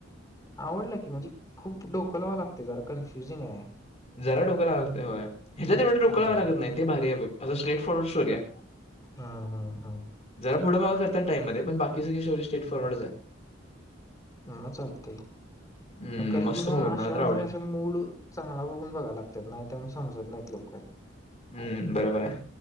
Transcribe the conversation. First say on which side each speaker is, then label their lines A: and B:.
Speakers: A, on the left; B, on the left.
A: आवडलं की म्हणजे खूप डोकलावं लागते जरा कन्फ्युजिंग आहे
B: जरा डोकायला लागतय ह्याच्या तेवढ ोकावावं
A: हो
B: लागत नाही ते भारी आहे अस स्टेट फॉरवर्ड स्टोरी आहे
A: हा हा हा
B: जरा पुढं माग करतात टाइम मध्ये पण बाकी सगळी स्टोरी स्ट्रेट फॉरवर्ड आहे
A: ह चालते
B: हम्म,
A: कारण
B: मस्त
A: की मग
B: मूवी
A: अशामुळे
B: मला तर आवडली.
A: असा मूड चांगला बघून बघायला लागतात नाही मग समजत नाहीत लोककर
B: हम्म बरोबर आहे